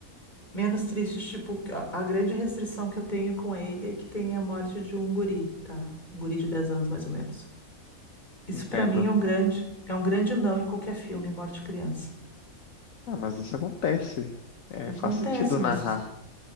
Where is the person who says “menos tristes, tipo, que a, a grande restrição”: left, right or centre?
Left